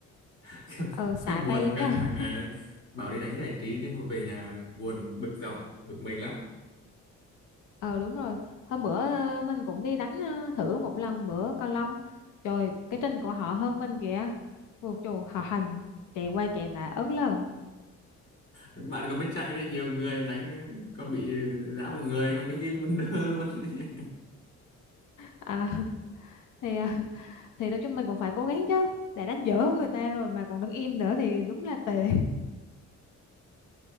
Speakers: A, on the left; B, on the left.
A: <laughs> Kiểu
B: ờ xài
A: hơi buồn
B: tay
A: căng
B: chứ <laughs>
A: thẳng. ờ. Bảo đi đánh giải trí nhưng mà về nhà buồn bực dọc, bực mình lắm.
B: ờ đúng rồi hôm bữa ờ, mình cũng đi đánh ờ, thử một lần bữa cầu lông trời cái chân của họ hơn mình kìa Ôi trời họ hành chạy qua chạy lại ớn lờn
A: bạn còn biết chạy đấy nhiều người đánh còn bị giã một người còn đứng im đơ luôn đấy.
B: à, <laughs> thì ờ, thì nói chung mình cũng phải cố gắng chứ để đánh dở hơn người ta rồi mà còn đứng im nữa thì đúng là tệ